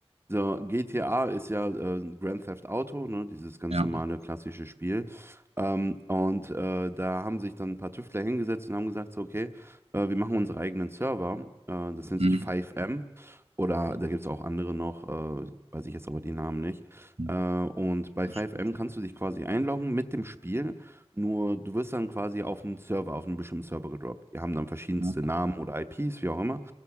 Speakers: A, on the right; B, on the right.
A: So, GTA ist ja äh, Grand Theft Auto, ne, dieses ganz
B: Ja.
A: normale klassische Spiel. Ähm, und äh, da haben sich dann ein paar Tüftler hingesetzt und haben gesagt, so, okay, äh, wir machen unsere eigenen Server. Äh, das nennt
B: Mhm.
A: sich 5M. Oder
B: Mhm.
A: da gibt es auch andere noch, äh, weiß ich jetzt aber die Namen nicht.
B: Mhm.
A: Äh, und bei
B: Das
A: 5M
B: ist gut.
A: kannst du dich quasi einloggen mit dem Spiel. Nur du wirst dann quasi auf einen Server, auf einen bestimmten Server gedroppt. Die haben dann verschiedenste
B: Ja,
A: Namen oder IPs, wie auch immer.